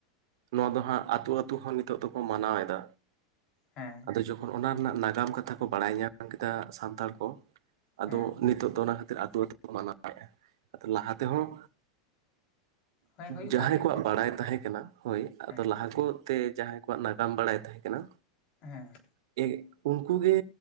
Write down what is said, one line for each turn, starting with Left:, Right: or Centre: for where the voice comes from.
Right: ᱱᱚᱣᱟ ᱫᱚ ᱦᱟᱸᱜ ᱟᱛᱩ ᱟᱛᱩ ᱦᱚᱸ ᱱᱤᱛᱚᱜ ᱫᱚᱠᱚ ᱢᱟᱱᱟᱣ ᱮᱫᱟ।
Left: ᱦᱮᱸ।
Right: ᱟᱫᱚ ᱡᱚᱠᱷᱚᱱ ᱚᱱᱟ ᱨᱮᱱᱟᱜ ᱱᱟᱜᱟᱢ ᱠᱟᱛᱷᱟ ᱠᱚ ᱵᱟᱲᱟᱭ ᱧᱟᱢ ᱠᱮᱫᱟ ᱥᱟᱱᱛᱟᱲ ᱠᱚ ᱟᱫᱚ
Left: ᱦᱮᱸ
Right: ᱱᱤᱛᱚᱜ ᱫᱚ ᱚᱱᱟ ᱠᱷᱟᱹᱛᱤᱨ ᱟᱹᱛᱩ ᱟᱹᱛᱩ ᱵᱚᱱ ᱢᱟᱱᱟᱣᱮᱫᱼᱟ ᱾ ᱟᱫᱚ ᱞᱟᱦᱟ ᱛᱮᱦᱚᱸ
Left: ᱦᱮᱸ ᱦᱮᱸ ᱦᱩᱭᱩᱜ
Right: ᱡᱟᱸᱦᱟᱭ
Left: ᱠᱟᱱ ᱛᱟᱦᱮᱸᱫ
Right: ᱠᱚᱣᱟᱜ
Left: ᱜᱮᱭᱟ ᱞᱟᱦᱟ
Right: ᱵᱟᱲᱟᱭ ᱛᱟᱸᱦᱮ
Left: ᱦᱮᱸ
Right: ᱠᱟᱱᱟ ᱦᱳᱭ, ᱟᱫᱚ
Left: ᱦᱮᱸ
Right: ᱞᱟᱦᱟ ᱠᱚ ᱛᱮ ᱡᱟᱸᱦᱟᱭ ᱠᱚᱣᱟᱜ ᱱᱟᱜᱟᱢ ᱵᱟᱲᱟᱭ ᱛᱟᱸᱦᱮ ᱠᱟᱱᱟ।
Left: ᱦᱮᱸ।
Right: ᱮ ᱩᱱᱠᱩ ᱜᱮ